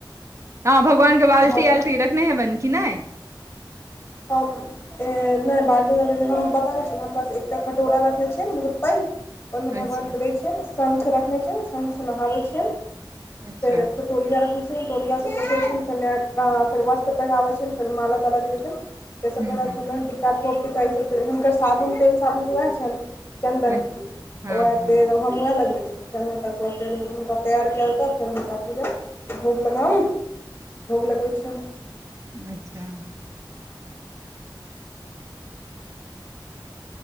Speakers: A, on the right (about 35°); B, on the left (about 30°).
A: आहँ भगवान कऽ बाल्टी
B: हम
A: आल्टी रखने हेबन की नय
B: हम नहि बालटी अल्टी हम बताबै छियै ने हम बस एकटा कटोरा रखने छियै बहुत पैघ ओहिमे भगवान
A: अच्छा
B: के दै छियनि शङ्ख रखने छियनि शङ्ख सँ नहाबै छियनि
A: अच्छा
B: फैर तोलिया रखैत छियनि टोलियाँ पोैछे छियनि फेर नाइका फेर वस्त्र पहिराबैत छियनि फेर माला ताला जे होइत छनि से सभ
A: हूँ
B: पहिराबैन
A: हूँ
B: छीएन ननटीका फोट टीका ईसभ चलै छै हुनकर सबुन तेल साबुन तऽ उएह छनि चन्दन
A: हँ हँ
B: वएह तेल हम वएह लगबै छी <unintelligible> तक फेर हुनका तैयार कए कऽ फेर हुनका पूजा भोग लगाऊ भोग लगबै छिएन
A: अच्छा